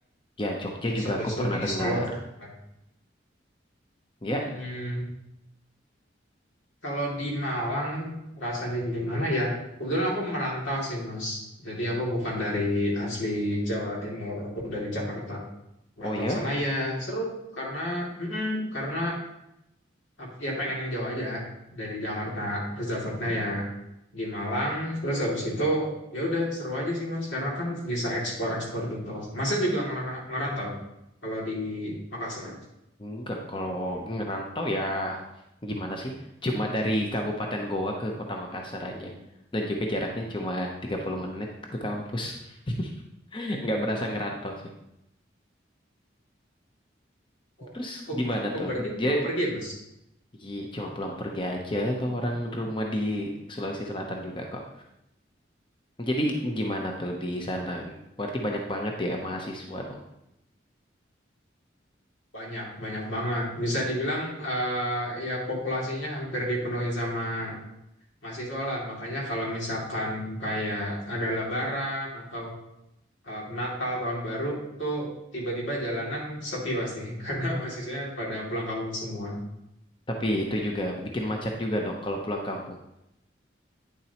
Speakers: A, on the left; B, on the left.
A: Ya, Jogja
B: terus
A: juga
B: habis
A: aku
B: itu
A: pernah
B: di
A: dengar.
B: Solo. juga.
A: Ya,
B: Hmm, kalau di Malang rasanya gimana ya? Kebetulan aku merantau sih Mas. Jadi aku bukan dari asli Jawa Timur, aku dari Jakarta. Kurang
A: oh ya?
B: sana ya seru karena mm-mm, karena ap- ya pengen yang jauh aja dari Jakarta terus dapatnya ya di Malang terus habis itu ya udah seru aja sih mas karena kan bisa ekspor-ekspor gitu masnya juga ngera- ngerantau kalau di Makassar
A: Enggak, kalau ngerantau ya gimana sih? Cuma dari Kabupaten Goa ke Kota Makassar aja. Dan juga jaraknya cuma 30 menit ke kampus. <laughs> Nggak berasa ngerantau sih.
B: oh,
A: Terus
B: oh,
A: gimana
B: oh,
A: tuh?
B: berarti pulang
A: Dia
B: pergi ya mas
A: Iya, cuma pulang pergi aja itu orang rumah di Sulawesi Selatan juga kok. Jadi gimana tuh di sana? Berarti banyak banget ya mahasiswa dong.
B: banyak banyak banget bisa dibilang eh, ya populasinya hampir dipenuhi sama mahasiswa lah makanya kalau misalkan kayak ada lebaran atau eh, Natal tahun baru tuh tiba-tiba jalanan sepi pasti <laughs> karena mahasiswanya pada pulang kampung semua.
A: Tapi itu juga bikin macet juga dong kalau pulang kampung.